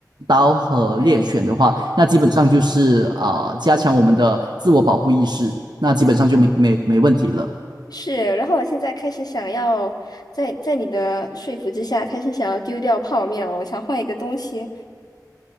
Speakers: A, on the right (about 85°); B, on the left (about 65°).
A: 刀和猎犬的话，
B: 对。
A: 那基本上就是啊、加强我们的自我保护意识，那基本上就没没没问题了。
B: 是。是，然后我现在开始想要在在你的说服之下，开始想要丢掉泡面了。我想换一个东西，